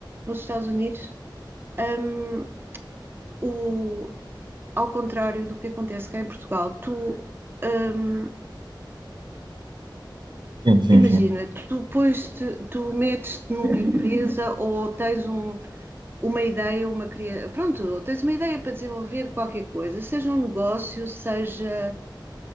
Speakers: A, on the right; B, on the right.
A: nos Estados Unidos. hum, o, ao contrário do que acontece cá em Portugal, tu hum,
B: Sim, sim,
A: imagina,
B: sim,
A: tu pões-te, tu metes-te numa empresa <laughs> ou tens um, uma ideia, uma criação, pronto, tens uma ideia para desenvolver qualquer coisa, seja um negócio, seja